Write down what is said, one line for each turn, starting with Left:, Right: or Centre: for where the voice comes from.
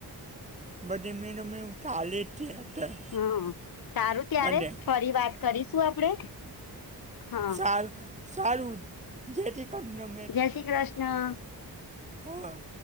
Right: બધી <unintelligible> ચાલે છે અત્યારે
Left: હમમ સારું ત્યારે
Right: બધે
Left: ફરી વાત કરીશું આપડે હા
Right: સારું સારું જય શ્રી કૃષ્ડમ
Left: જય શ્રી કૃષ્ણ
Right: હોવ